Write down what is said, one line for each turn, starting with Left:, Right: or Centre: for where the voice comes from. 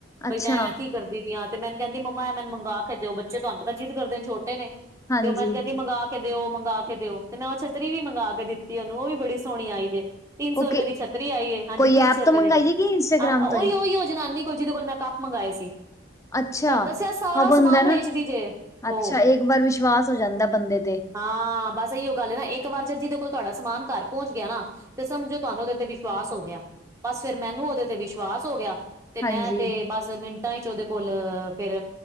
Right: ਬਈ
Left: ਅੱਛਾ
Right: ਮੈਂ ਕੀ ਕਰਦੀ ਤੇ ਮੈਨ ਕਹਿੰਦੀ ਮੰਮਾ ਇਹ ਮੈਨ ਮੰਗਾਂ ਕੇ ਦਿਓ ਬੱਚੇ ਤੁਹਾਨੂੰ ਪਤਾ ਜਿੱਦ ਕਰਦੇ ਨੇ ਛੋਟੇ ਨੇ
Left: ਹਾਂਜੀ
Right: ਤੇ ਉਹ ਮੈਨ ਕਹਿੰਦੀ ਮੰਗਾ ਕੇ ਦਿਓ ਮੰਗਾ ਕੇ ਦਿਓ ਤੇ ਮੈਂ ਉਹ ਛੱਤਰੀ ਵੀ ਮੰਗਾ ਕੇ ਦਿੱਤ ਤੇ ਉਹਨੂੰ ਉਹ ਵੀ ਬੜੀ ਸੋਹਣੀ ਆਈ ਜੇ ਤਿੰਨ ਸੌ
Left: ਓਕੇ
Right: ਰੁਪਏ ਦੀ ਛੱਤਰੀ ਆਈ ਏ ਹਾਂਜੀ
Left: ਕੋਈ
Right: ਤਿੰਨ ਸੌ
Left: ਐਪ
Right: ਰੁਪਏ
Left: ਤੋਂ ਮੰਗਾਈਏ
Right: ਦੇ
Left: ਕਿ ਇੰਸਟਾਗ੍ਰਾਮ
Right: ਓਈਓ-ਓਈਓ
Left: ਤੋਂ ਹੀ
Right: ਜਨਾਨੀ ਕੋਲ ਜਿਹਦੇ ਕੋਲ ਮੈਂ ਕੱਪ ਮੰਗਾਏ ਸੀ।
Left: ਅੱਛਾ
Right: ਤੁਹਾਨੂੰ ਦੱਸਿਆ ਸਾਰਾ
Left: ਹਾ ਬੰਦਾ
Right: ਸਮਾਨ
Left: ਨਾ
Right: ਵੇਚਦੀ ਜੇ
Left: ਅੱਛਾ
Right: ਉਹ
Left: ਇੱਕ ਵਾਰ ਵਿਸ਼ਵਾਸ ਹੋ ਜਾਂਦਾ ਬੰਦੇ ਤੇ।
Right: ਹਾਂ ਬਸ ਇਹੀਓ ਗੱਲ ਨਾ ਇੱਕ ਵਾਰ ਜ ਜਿਹਦੇ ਕੋਲ ਤੁਹਾਡਾ ਸਮਾਨ ਘਰ ਪਹੁੰਚ ਗਿਆ ਨਾ ਤੇ ਸਮਝੋ ਤੁਹਾਨੂੰ ਉਹਦੇ ਤੇ ਵਿਸ਼ਵਾਸ ਹੋ ਗਿਆ ਬਸ ਫੇਰ ਮੈਨੂੰ ਉਹਦੇ ਤੇ ਵਿਸ਼ਵਾਸ ਹੋ ਗਿਆ ਤੇ
Left: ਹਾਂਜੀ।
Right: ਮੈਂ ਤੇ ਬਸ ਮਿੰਟਾਂ ਚ ਉਹਦੇ ਕੋਲ ਫੇਰ